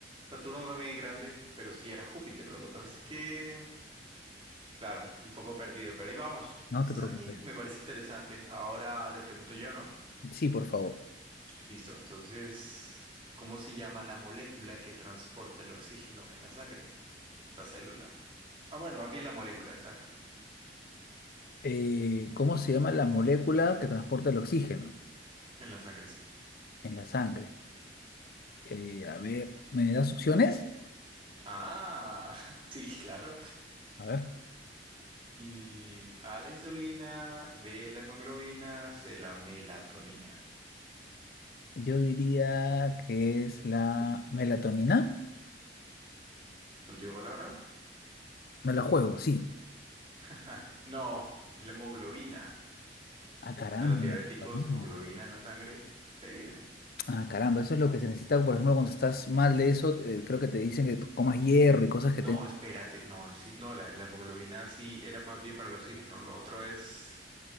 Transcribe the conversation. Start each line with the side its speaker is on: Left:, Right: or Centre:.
Right: Saturno también es grande, pero sí era Júpiter. Lo que pasa es que, claro, un poco perdido, pero ahí vamos.
Left: No
Right: Está
Left: te preocupes.
Right: bien, me parece interesante. Ahora te pregunto yo, ¿no?
Left: Sí, por favor.
Right: Listo, entonces, ¿cómo se llama la molécula que transporta el oxígeno en la sangre? La célula. Ah, bueno, más bien la molécula, exacto.
Left: Eh, ¿cómo se llama la molécula que transporta el oxígeno
Right: En la sangre, sí.
Left: en la sangre? Eh, a ver, ¿me das opciones?
Right: Ah, <laughs> sí, claro.
Left: A ver,
Right: Y A la insulina, B la hemoglobina, C la melatonina.
Left: yo diría que es la melatonina.
Right: Última palabra.
Left: Me la juego, sí.
Right: <laughs> No, es la hemoglobina.
Left: Ah, caramba,
Right: O sea, los diabéticos,
Left: la vitamina.
Right: hemoglobina en la sangre, de ahí viene.
Left: Ah, caramba, eso es lo que se necesita, por ejemplo, cuando estás mal de eso, eh, creo que te dicen que to- comas hierro y cosas que
Right: No,
Left: te...
Right: espérate, no, sí, no, la, la hemoglobina sí era más bien para el oxígeno, lo otro es...